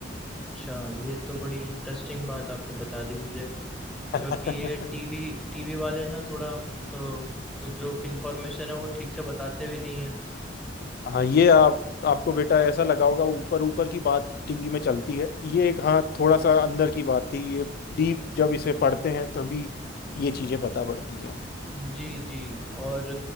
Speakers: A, in the centre; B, on the left (about 55°).
A: अच्छा ये तो बड़ी इंटरेस्टिंग बात आपने बता दी मुझे
B: हाँ
A: क्योंकि ये टीवी
B: <laughs>
A: टीवी वाले ना थोड़ा तो जो इन्फॉर्मेशन है वो ठीक से बताते भी नहीं है
B: हाँ ये आप आपको बेटा ऐसा लगा होगा ऊपर ऊपर की बात टीवी में चलती है ये एक हाँ थोड़ा सा अंदर की बात थी ये डीप जब इसे पढ़ते हैं तभी ये चीजें पता पड़ती है
A: जी जी और